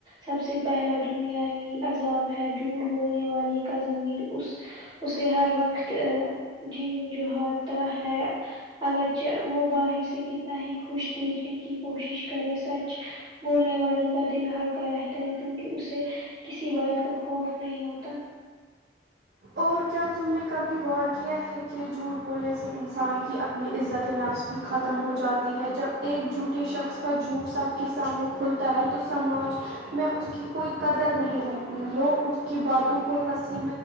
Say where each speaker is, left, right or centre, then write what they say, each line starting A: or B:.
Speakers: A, on the right; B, on the right.
A: سب سے پہلا دنیاوی عذاب ہے جھوٹ بولنے والے کا زمیر اس اسے ہر وقت جن جو ہوتا ہے اگر چہ وہ باہر سے کتنا ہی خوش دیکھنے کی کوشش کرے سچ بولنے والے کا دل ہلکا رہتا ہے کیونکہ اس سے کسی بات کا خوف نہیں ہوتا
B: اور کیا تم نے کبھی غور کیا ہے کہ جھوٹ بولنے سے انسان کی اپ نی عزت نفس بھی ختم ہو جاتی ہے جب ایک جھوٹے شخص کا جھوٹ سب کے سامنے کھلتا ہے تو سماج میں اس کی کوئی قدر نہیں رہتی ہے لوگ اس کی باتوں کو ہنسی